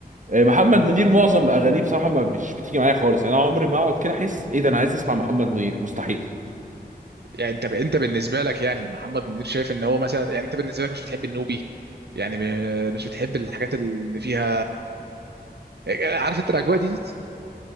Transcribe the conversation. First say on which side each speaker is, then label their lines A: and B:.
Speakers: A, on the right; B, on the right.
A: آه، محمد منير معظم اغانيه بصراحه ما مش بتيجي معايا خالص يعني انا عمري ما اقعد كده احس ايه ده انا عايز اسمع محمد منير مستحيل
B: يعني انت ب... انت بالنسبه لك يعني محمد منير شايف ان هو مثلا يعني انت بالنسبه لك مش بتحب النوبي يعني ب- مش بتحب الحاجات اللي فيها آه، عارف انت الاجواء دي